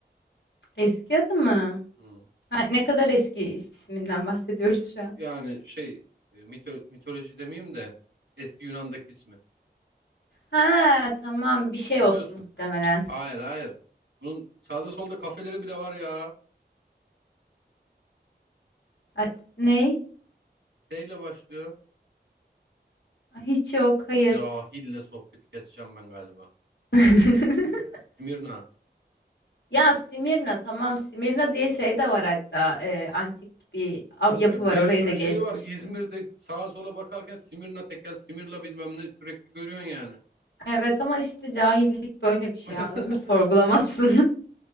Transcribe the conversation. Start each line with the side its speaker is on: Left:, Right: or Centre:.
Left: <laughs> Eski adı mı?
Right: Hmm.
Left: Ha, ne kadar eski isminden bahsediyoruz şu an.
Right: Yani şey e, mito- mitoloji demeyeyim de eski Yunan'daki ismi.
Left: Ha tamam bir şey
Right: Biliyorsun.
Left: olsun muhtemelen.
Right: Hayır hayır. Bunun sağda solda kafeleri bile var ya.
Left: At ne?
Right: S ile başlıyor.
Left: Hiç yok hayır.
Right: Cahille sohbeti keseceğim ben galiba.
Left: <laughs>
Right: Simirna.
Left: Ya Simirna tamam Simirna diye şey de var hatta e, antik bir a- yapı
Right: Ya
Left: var
Right: bir
Left: orayı
Right: sürü
Left: da gezmiştim.
Right: şey var. İzmir'de sağa sola bakarken Simirna tekel, Simirla bilmem ne sürekli görüyorsun yani.
Left: Evet ama işte cahillik böyle bir şey
Right: <laughs>
Left: anladım sorgulamazsın.